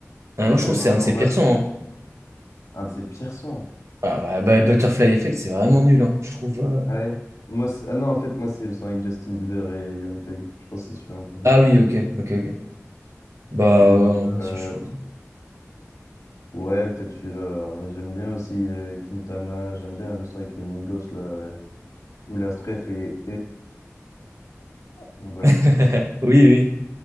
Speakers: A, on the right; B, on the left.
A: Ouais,
B: Parce
A: moi je
B: que
A: trouve
B: non,
A: que c'est un de ses
B: en vrai,
A: pires
B: je-
A: sons. hein.
B: un de ses pires sons.
A: Ah, bah, bah, Butterfly Effect, c'est vraiment nul, hein, je trouve. euh.
B: Ah oui. Moi, c'est- ah non, en fait, moi, c'est le son avec Justin Bieber et Young Thug. Je pense que c'est celui-là mon préféré.
A: Ah oui, ok, ok, ok. Bah,
B: Ou,
A: ouais,
B: euh,
A: c'est chaud.
B: ouais, peut-être celui-là. En vrai, J'aime bien aussi euh, Quintana. J'aime bien le son avec les Migos, là. euh, Où la stref est... Bon, bref.
A: <laughs> Oui, oui.